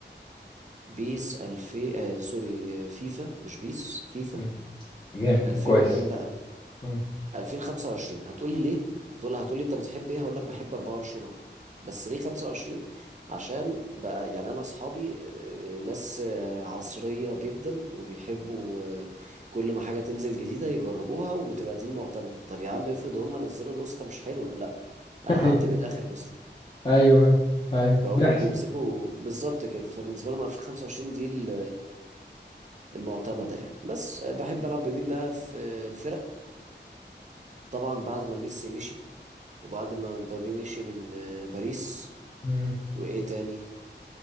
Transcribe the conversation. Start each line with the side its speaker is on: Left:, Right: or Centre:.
Right: بيس الفي آه سوري آه، فيفا مش بيس فيفا
Left: مم. جامد
Right: 2000
Left: كويس
Right: وكام بقى
Left: مم.
Right: 2025 هتقولي ليه هتقول هتقولي انت بتحب ايه هقول لك بحب 24 اكتر بس ليه 25 عشان بقى يعني انا اصحابي آه، ناس آه، عصرية جدا وبيحبوا آه، كل ما حاجة تنزل جديدة يجربوها وتبقى دي المعتمدة طب يا عم افرض هم نزلوا نسخة مش حلوة لا انا
Left: <laughs>
Right: هعتمد اخر نسخة
Left: ايوه ايوه ايوه
Right: فهم
Left: بيحصل
Right: بيمسكوا بالظبط كده فبالنسبة لهم 2025 دي ال- المعتمدة يعني بس آه، بحب ألعب بمين بقى في الفرق طبعا بعد ما ميسي مشي وبعد ما مبابي مشي من آه، باريس
Left: مم.
Right: وايه تاني